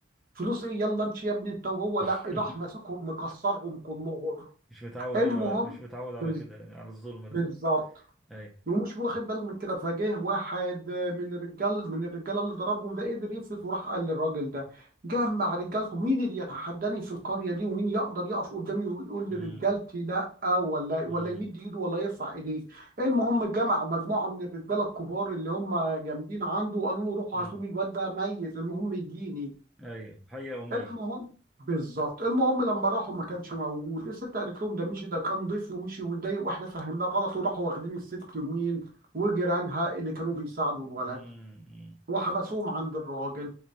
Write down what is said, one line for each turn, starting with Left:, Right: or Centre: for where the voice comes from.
Right: فلوس ايه يلا امشي يا ابني انت وهو لا
Centre: <laughs>
Right: راح ماسكهم مكسرهم كلهم
Centre: مش متعود
Right: المهم
Centre: ايوه على- مش متعود على
Right: بز-
Centre: كده على الظلم ده
Right: بالظبط
Centre: ايوه
Right: ومش واخد باله من كده فجه واحد من الرجال من الرجاله اللي ضربهم ده قدر يفلت وراح قال للراجل ده جمع رجالته مين اللي يتحداني في القريه دي ومين يقدر يقف قدامي ويقول لرجالتي
Centre: امم
Right: لا ولا ولا
Centre: امم
Right: يمد ايده ولا يرفع ايديه المهم جمع مجموعه من الرجاله الكبار اللي هم جامدين عنده وقالوا له روحوا
Centre: امم
Right: هاتوا لي الواد ده ميت المهم يجيني
Centre: ايوه حي او ميت
Right: المهم بالظبط المهم لما راحوا ما كانش موجود الست قالت لهم ده مشي ده كان ضيف ومشي واتضايق واحنا فهمناه غلط وراحوا واخدين الست يمين وجيرانها اللي كانوا بيساعدوا الولد
Centre: امم
Right: وحبسوهم عند الراجل